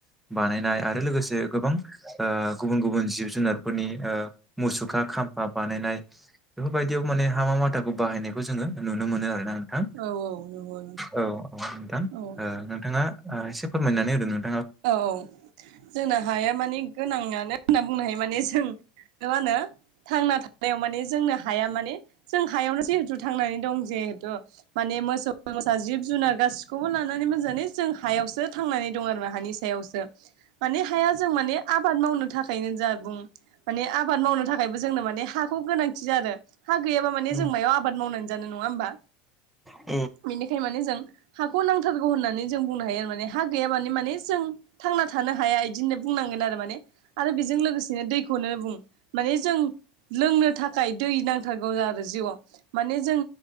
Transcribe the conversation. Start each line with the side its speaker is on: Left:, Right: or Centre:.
Centre: बानायनाय आरो लोगोसे गोबां ओ गुबुन गुबुन जिब जुनारफोरनि ओ मुसुखा खाम्फा बानायनाय बेफोरबा यदियाव माने हामा माथाखौ बायनायखौ जोङो नुनो मोनो आरोना नोंथां।
Right: औ नंगौ
Centre: औ औ नोंथां
Right: नंगौ औ
Centre: नोंथाङा एसे फोरमायनानै होदोंमोन।
Right: औ जोंना हाया माने गोनांयानो होनना बुंनो हायो माने जों मा होनो थांना थानायाव माने जोंनो हाया माने जों हायावनो जिहेतु थांनानै दं जिहेथु माने मोसौ मोसा जिब जुनार गासिखौबो लानानै एमोजानो जों हायावसो थांनानै दं आरमा हानि सायावसो माने हाया जों माने आबाद मावनो थाखायनो जा बुं माने आबाद मावनो था थाखायबो जोंनो माने हाखौ गोनांथि आरो हा गैयाबा माने
Centre: औ
Right: जों मायाव आबाद मावनानै जानो नङा होमबा?
Centre: औ
Right: बेनिखाय माने जों हाखौ नांथारगौ होननानै जों बुंनो हायो आरो माने हा गैया माने माने जों थांना थानो हाया इदिनो बुंनांगोन आरो माने आरो बेजों लोगोसेनो दैखौनो बुं माने जों लोंनो थाखाय दै नांथारगौ आरो जिउआव माने जों